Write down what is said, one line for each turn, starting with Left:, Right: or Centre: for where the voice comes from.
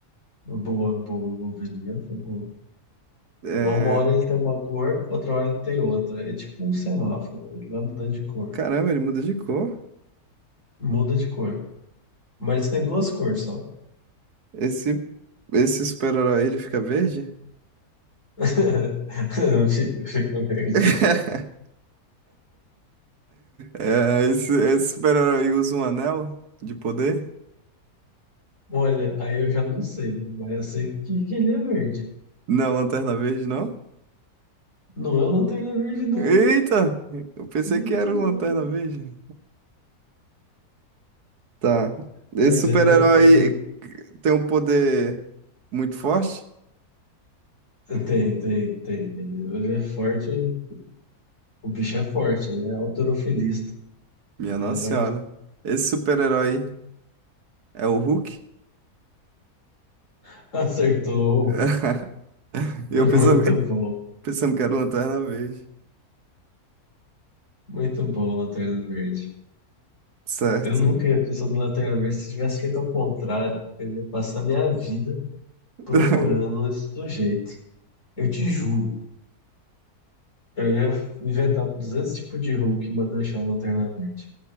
Left: Boa, boa, boberia, foi boa.
Right: É...
Left: Mas uma hora ele tem uma cor, outra hora ele tem outra. É tipo um semáforo, ele vai mudando de cor.
Right: Caramba, ele muda de cor.
Left: Muda de cor. Mas tem duas cores só.
Right: Esse, esse super-herói, ele fica verde?
Left: <laughs> Fica, fica verde.
Right: <laughs> É, esse, esse super-herói usa um anel de poder?
Left: Olha, aí eu já não sei, mas eu sei que, que ele é verde.
Right: Não, Lanterna Verde, não?
Left: Não, eu não tenho ele é verde, não.
Right: Eita! Eu pensei
Left: Muito
Right: que era
Left: bom.
Right: o Lanterna Verde. Tá. Esse
Left: Mas
Right: super-herói
Left: ele é, ele
Right: tem um poder muito forte?
Left: tem, tem, tem. Ele, ele é forte O bicho é forte, ele é halterofilista,
Right: Minha
Left: mas
Right: Nossa
Left: vai
Right: Senhora. Esse super-herói é o Hulk?
Left: <laughs> acertou.
Right: <laughs> E
Left: Muito
Right: eu pensando, <laughs>
Left: bom,
Right: pensando que era o Lanterna Verde.
Left: muito bom, Lanterna Verde.
Right: Certo.
Left: Eu nunca ia pensar no Lanterna Verde. Se tivesse feito ao contrário, eu ia passar minha vida
Right: <laughs>
Left: procurando esse sujeito. Eu te juro, eu ia inventar 200 tipos de Hulk, mas não achar o Lanterna Verde.